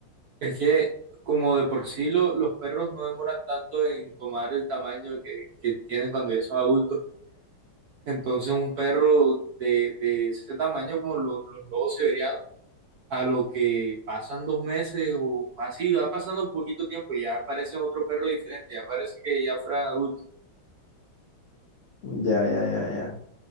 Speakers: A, on the right; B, on the left.
A: es que como de por sí lo- los perros no demoran tanto en tomar el tamaño que, que tienen cuando ya son adultos. Entonces un perro de, de ese tamaño como lo- los lobos siberianos a lo que pasan dos meses o así, va pasando poquito tiempo y ya aparece otro perro diferente, ya parece que ya fueran adultos.
B: Ya, ya, ya, ya.